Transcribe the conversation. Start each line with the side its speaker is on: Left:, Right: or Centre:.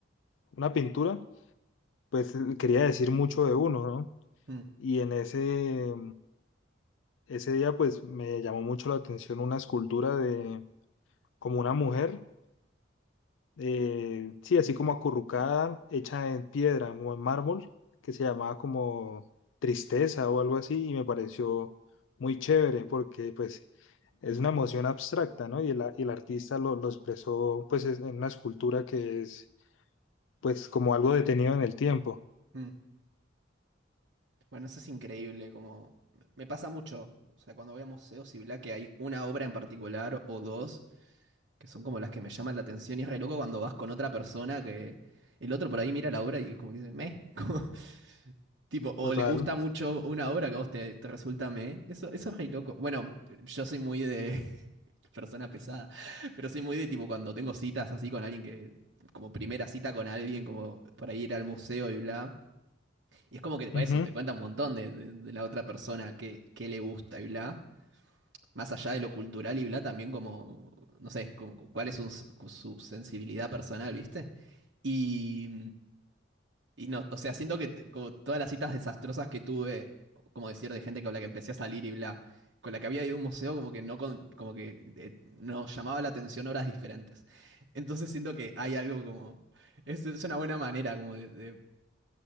Left: una pintura, pues quería decir mucho de uno, ¿no?
Right: mm,
Left: Y en ese, ese día, pues me llamó mucho la atención una escultura de como una mujer eh, sí, así como acurrucada, hecha en piedra o en mármol, que se llamaba como Tristeza o algo así, y me pareció muy chévere porque pues es una emoción abstracta, ¿no? Y el, a- y el artista lo, lo expresó pues es- en una escultura que es pues como algo detenido en el tiempo,
Right: mm. Bueno, eso es increíble, como... Me pasa mucho, o sea, cuando voy a museos y bla, que hay una obra en particular o dos que son como las que me llaman la atención y es re loco cuando vas con otra persona que el otro por ahí mira la obra y es como que dice, meh, <laughs> como, tipo, o
Left: total.
Right: le gusta mucho una obra que a vos te, te resulta meh, eso, eso es re loco. Bueno, yo soy muy de <laughs> persona pesada, pero soy muy de tipo cuando tengo citas así con alguien que, como primera cita con alguien, como por ahí ir al museo y bla. Y es como que, bueno,
Left: Ujú.
Right: eso, te cuenta un montón de, de- de la otra persona que, que le gusta y bla más allá de lo cultural y bla, también como, no sé, como- cuál es un- su sensibilidad personal, ¿viste? Y, y no, o sea, siento que te- como todas las citas desastrosas que tuve, como decir, de gente con la que empecé a salir y bla, con la que había ido a un museo, como que no con- como que eh, nos llamaba la atención horas diferentes. Entonces siento que hay algo como, es, es una buena manera como de, de-